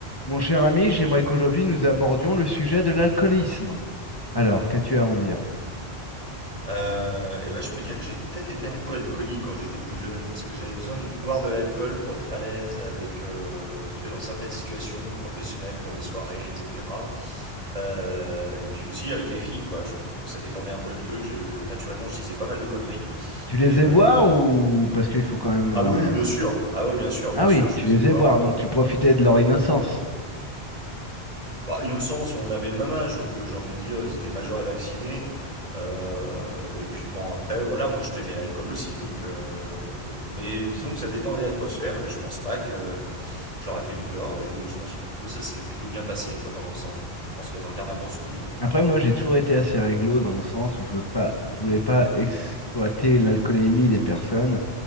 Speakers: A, on the left (about 20°); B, on the right (about 35°).
A: Mon cher ami, j'aimerais qu'aujourd'hui nous abordions le sujet de l'alcoolisme. Alors, qu'as-tu à en dire?
B: Euh, et ben, je peux dire que j'ai peut-être été un peu alcoolique quand j'étais plus jeune parce que j'avais besoin de boire de l'alcool pour être à l'aise avec, euh, tu sais, dans certaines situations professionnelles pour les soirées, etc. Euh, et puis aussi avec les filles, quoi. Je trouve que ça détendait un peu le truc. Je, naturellement, je disais pas mal de conneries.
A: Tu les
B: Et
A: faisais
B: euh,
A: boire ou parce qu'il faut quand même...
B: ah
A: euh,
B: oui, bien sûr. Ah ouais, bien sûr,
A: Ah
B: bien sûr.
A: oui,
B: Je
A: tu
B: faisais
A: les faisais
B: boire.
A: boire,
B: euh,
A: donc tu profitais de leur innocence.
B: bah, innocence, on avait le même âge, donc euh, j'ai envie de dire, ils étaient majeurs et vaccinés. Euh, et puis bon, après, voilà, moi je tenais l'alcool aussi, donc. euh, mais disons que ça détendait l'atmosphère et je pense pas que je leur ai fait du tort et je pense que plutôt ça s'est plutôt bien passé, quoi, dans l'ensemble. Je pense qu'elles en gardent un bon souvenir.
A: Après, moi, j'ai toujours été assez réglo dans le sens où je veux pas, je voulais pas exploiter l'alcoolémie des personnes